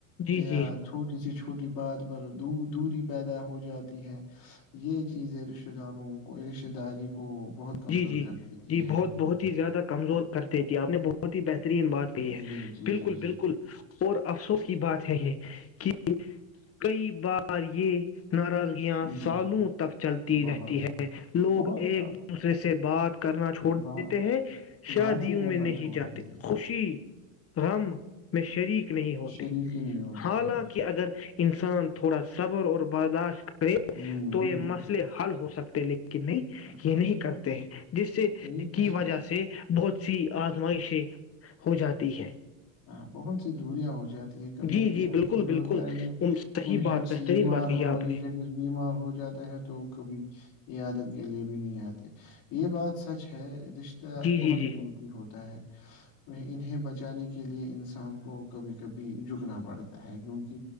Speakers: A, on the left; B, on the left.
A: جی
B: یا چھوٹی سی چ چھوٹی بات پر دوری پیدا ہو جاتی ہے یہ چیزیں رشتہ داروں کو رشتہ داری کو بہت کمزور
A: جی جی
B: کر دیتی
A: جی
B: ہے
A: بہت بہت ہی زیادہ کمزور کر دیتے ت آپ نے بہت بہت ہی بہترین بات کہی ہے
B: جی جی
A: بالکل
B: جی
A: بالکل
B: جی
A: اور افسوس کی بات ہے یہ کہ کئی بار یہ ناراضگیاں
B: جی
A: سالوں تک چلتی
B: بہت
A: رہتی ہے لوگ
B: بہت
A: ایک
B: سارا
A: دوسرے سے بات کرنا چھوڑ دیتے
B: بہت
A: ہیں شادیوں
B: بات ہی کرنا
A: میں نہیں
B: چھوڑ
A: جاتے
B: دیتے ہیں
A: خوشی غم میں شریک نہیں ہوتے
B: شریک ہی نہیں ہوتے
A: حالانکہ
B: ہیں
A: اگر انسان تھوڑا سبر اور برداشت کرے
B: ہوں
A: تو
B: بالکل
A: یہ مسئلے حل ہو سکتے لیکن نہیں
B: ہاں
A: نہیں کرتے ہیں جس سے جس
B: یہ تو
A: کی
B: صحیح
A: وجہ سے بہت سی آزمائشیں ہو جاتی ہیں
B: ہاں بہت سی دوریاں ہو جاتی ہیں یہ کبھی
A: جی
B: کبھی
A: جی
B: ایسا
A: بالکل
B: بھی ہوتا
A: بالکل
B: ہے کہ
A: ام- صحیح
B: کوئی
A: بات
B: شخص
A: بہترین
B: بیمار
A: بات کہی آپ
B: کوئی
A: نے
B: لیڈیز بیمار ہو جاتا ہے تو کبھی عادت کے لیے بھی نہیں آتے یہ بات سچ ہے رشتہ
A: جی
B: بہت
A: جی جی
B: قیمتی ہوتا ہے انہیں بچانے کی کے لیے انسان کو کبھی کبھی جھکنا پڑتا ہے کیونک